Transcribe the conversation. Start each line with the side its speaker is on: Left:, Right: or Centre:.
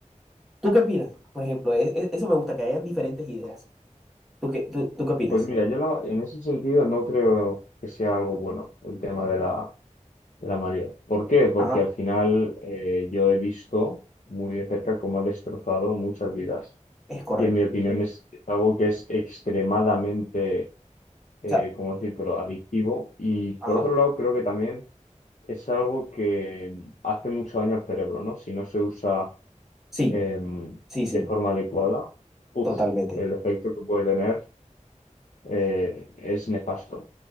Centre: ¿Tú qué opinas? Por ejemplo, e- e- eso me gusta, que hayan diferentes ideas. ¿Tú qué, tú, tú qué opinas?
Left: Pues mira, yo no- en ese sentido no creo que sea algo bueno el tema de la, de la María. ¿Por qué? Porque
Centre: Ajá,
Left: al final eh, yo he visto muy de cerca cómo ha destrozado muchas vidas.
Centre: es correcto.
Left: Y en mi opinión
Centre: O
Left: Sí. es, es algo que es extremadamente, eh,
Centre: sea,
Left: ¿cómo decírtelo?, adictivo. Y
Centre: ajá,
Left: por otro lado, creo que también es algo que hace mucho daño al cerebro, ¿no? Si no se usa
Centre: sí,
Left: eh,
Centre: sí, sí,
Left: de forma adecuada, uf,
Centre: totalmente,
Left: el efecto que puede tener eh, es nefasto.